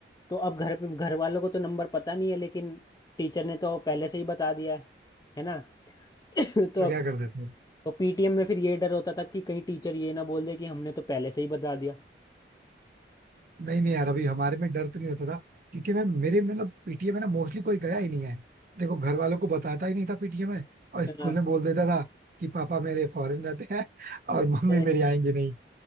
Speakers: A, on the left; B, on the right.
A: तो अब घर पे घर वालों को तो नंबर पता नहीं है लेकिन टीचर ने तो पहले से ही बता दिया है है ना <coughs> <clears throat> तो
B: तो
A: अब
B: क्या कर देते हैं
A: तो पीटीएम में फिर ये डर होता था कि कहीं टीचर ये ना बोल दे कि हमने तो पहले से ही बता दिया
B: नहीं नहीं यार अभी हमारे में डर तो नहीं होता था क्योंकि मैं मेरे मतलब पीटीएम है ना मोस्टली कोई गया ही नहीं है देखो घर वालों को बताता ही नहीं था पीटीएम है और स्कूल
A: है ना
B: में बोल देता था कि पापा मेरे फॉरेन रहते हैं
A: अरे,
B: और मम्मी मेरी आएंगी नहीं